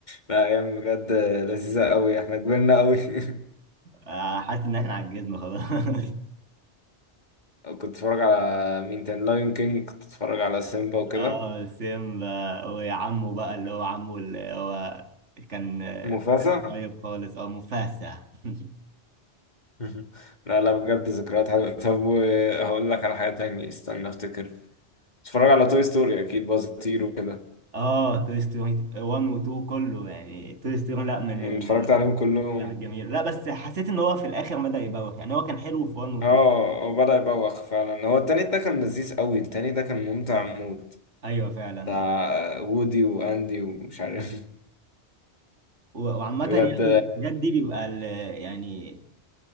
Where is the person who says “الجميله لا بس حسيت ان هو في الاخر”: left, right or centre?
Right